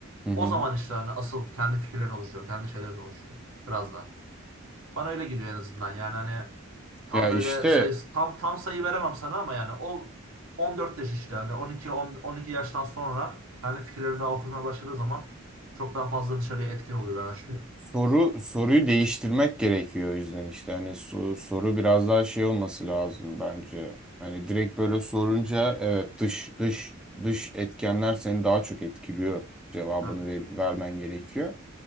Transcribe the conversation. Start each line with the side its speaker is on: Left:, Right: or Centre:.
Centre: Hı hı.
Right: O zaman işte hani asıl kendi fikirlerin oluşuyor. Kendi şeylerin oluşuyor. Biraz daha. Bana öyle geliyor en azından. Yani hani Tam
Centre: Ya işte
Right: böyle sayısı tam tam sayı veremem sana ama yani o 14 yaş işte hani 12 10 12 yaştan sonra kendi fikirleri daha oturmaya başladığı zaman çok daha fazla dışarıya etkin oluyor ve başlıyor.
Centre: Soru soruyu değiştirmek gerekiyor o yüzden işte hani so- soru biraz daha şey olması lazım bence. Hani direkt böyle sorunca evet dış dış dış etkenler seni daha çok etkiliyor. Cevabını
Right: Tabii.
Centre: ver- vermen gerekiyor